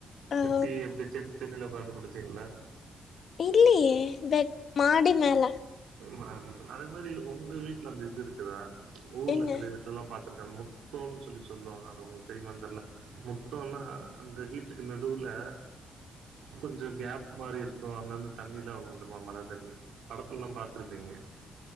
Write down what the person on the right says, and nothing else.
டி எப்டி தின் திண்டுல உக்காந்து குடுச்சீங்களா
மாடி அதே மாரி ஒங்க வீட்ல அந்த இது இருக்குதா ஊர்ல
சில வீட் அதல்லா பாத்து இருக்க முத்தோம் னு சொல்லி சொல்லுவாங்க அது உங்களுக்கு தெரியுமானு தெர்ல முத்தோனா அந்த வீட்டுக்கு நடுவுல கொஞ்சோ கேப் மாறி இருக்கு அங்க இருந்து தண்ணிலா உள்ள வந்துருமா மழ தண்ணி படத்துல்லா பாத்துருப்பீங்க